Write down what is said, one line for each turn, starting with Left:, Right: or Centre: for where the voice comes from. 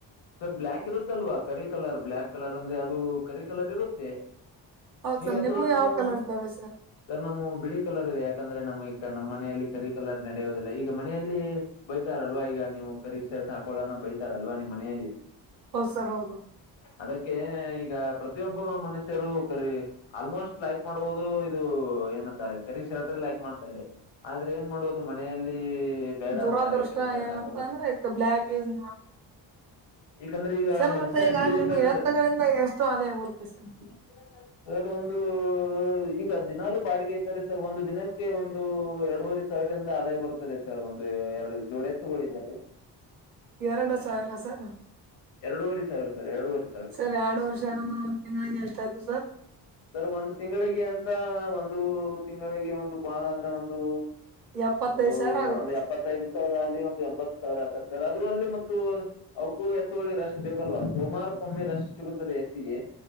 Left: ಸರ್ ಬ್ಲ್ಯಾಕ್ ಇರುತ್ತಲ್ವಾ ಕರಿ ಕಲರ್ ಬ್ಲ್ಯಾಕ್ ಕಲರ್ ಅಂದ್ರೆ ಅದು ಕರಿ ಕಲರ್ ಇರುತ್ತೆ
Right: ಹೌದ್
Left: ನೀವು
Right: ಸರ್
Left: ಎತ್ತುಗಳನ್ನು
Right: ನಿಮ್ಗೂ ಯಾವ ಕಲರ್ ಇದ್ದಾವೆ
Left: ಸರ್ ನಮ್ಮವು ಬಿಳಿ ಕಲರ್ ಇದೆ ಯಾಕಂದ್ರೆ ನಮ್ಗೆ ನಮ್ಮ ಮನೆಯಲ್ಲಿ ಕರಿ ಕಲರ್ ನಡೆಯುದಿಲ್ಲ ಈಗ ಮನೆಯಲ್ಲಿ ಬೈತಾರಲ್ವಾ ಈಗ ನೀವು ಕರೀಶರ್ಟ್ ಹಾಕೋಳನ ಬೈತಾರಲ್ವಾ ನಿಮ್ಮ ಮನೆಯಲ್ಲಿ
Right: ಹೌದ ಸರ್ ಹೌದು
Left: ಅದಕ್ಕೆ ಈಗ ಪ್ರತಿಯೊಬ್ಬ ಮನುಷ್ಯರು ಕರಿ ಆಲ್ಮೋಸ್ಟ್ ಲೈಕ್ ಮಾಡುವುದು ಇದು ಏನತ್ತಾರೆ ಕರೀ ಷರ್ಟು ಲೈಕ್ ಮಾಡ್ತಾರೆ ಆದ್ರೆ ಏನ್ ಮಾಡೋದು ಮನೆಯಲ್ಲಿ ಬೇಡ
Right: ದುರಾದೃಷ್ಟ
Left: ಅಂತಾರೆ ಕರಿ ಶರ್ಟ್
Right: ಏನಂತ
Left: ಹಾಕೊಳ್ಳೋದು
Right: ಅಂದ್ರೆ ಬ್ಲ್ಯಾಕ್ ಇಸ್
Left: ಯಾಕಂದ್ರೆ ಈಗ
Right: ಸರ್
Left: ಮನುಷ್ಯ
Right: ಮತ್ತೆ ಈಗ
Left: ಬಿಳಿ
Right: ನಿಮ್
Left: ಇದ್ದಂದ್ರ
Right: ಎತ್ತಗಳಿಂದ ಎಷ್ಟು ಆದಾಯ ಬರುತ್ತೆ ಸರ್ ನಮಗೆ
Left: <unintelligible> ಸರ್ ಒಂದು ಈಗ ದಿನಲು ಬಾಡಿಗೆ ಇದ್ದಾರೆ ಸರ್ ಒಂದು ದಿನಕ್ಕೆ ಒಂದು ಎರಡುವರೆ ಸಾವಿರಂದ ಆದಾಯ ಬರುತ್ತದೆ ಸರ್ ಒಂದು ಎರಡು ಜೋಡೆತ್ತುಗಳು ಇದ್ದಾರೆ
Right: ಎರಡು ಸಾವಿರ ಸರ್
Left: ಎರಡುವರೆ ಸಾವಿರ ಸರ್ ಎರಡವರೆ
Right: ಸರ್ ಎರಡು ವರ್ಷ ಅಂದ್ರ ತಿಂಗಳ ಎಷ್ಟ ಆಯ್ತು ಸರ್
Left: ಸರ್ ಒಂದು ತಿಂಗಳಿಗೆ ಅಂತ ಒಂದು ತಿಂಗಳಿಗೆ ಒಂದು ಬಾಳ ಆದ್ರೆ ಒಂದು
Right: ಎಪ್ಪತ್ತೈದು
Left: ಒಂದು
Right: ಸಾವಿರ ಆಗುತ್ತೆ
Left: ಒಂದು
Right: ಸರ್
Left: ಎಪ್ಪತ್ತು ಇತ್ತೈದು ಸಾವಿರ ಅಲ್ಲಿ ಒಂದು ಎಂಬತ್ತು ಸಾವಿರ ಹಾಕತ್ ಸರ್ ಅಂದ್ರು ಅಲ್ಲಿ ಮತ್ತು ಅಕು ಹಗಳಿಗೆ ಅಷ್ಟು ಬೇಕಲ್ವಾ ಸೋಮಾರಕ್ಕೊಮ್ಮೆ ರಷ್ಟು ಸಿಗುತ್ತದೆ ಎತ್ತಿಗೆ